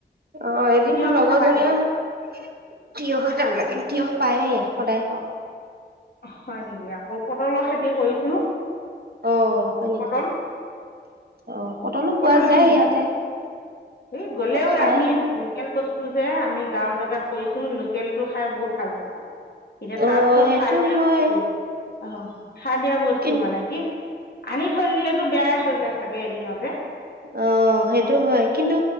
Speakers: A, on the right (about 55°); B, on the left (about 60°).
A: অ এদিনতো
B: তিয়হ
A: লগৰজনীয়ে
B: খাবা নেকি
A: তিয়হ এটা লাগিল, তিয়হ পায়ে ইয়াত সদায় খাওঁ
B: হয় নেকি? আকৌ পটলৰ খেতি কৰিছোঁ।
A: অ হয় নেকি?
B: পটল
A: অ। পটলো
B: পটল
A: পোৱা যায়
B: দিম।
A: ইয়াতে
B: এ
A: পটল
B: গলেও
A: খায়ে
B: আমি
A: থাকো
B: লোকেল বস্তু যে আমি গাঁৱৰ জেগাত কৰিছো। লোকেলটো খাই বহুত ভাল পাবা। এতিয়া
A: অ
B: তাত চব
A: সেইটো
B: সাৰ দিয়া
A: হয়
B: বস্তু। অহ, সাৰ দিয়া বস্তু
A: কিন
B: মানে কি আনি থৈ দিলেতো বেয়াই হৈ যায় চাগে এদিনতে।
A: অ সেইটো হয়। কিন্তু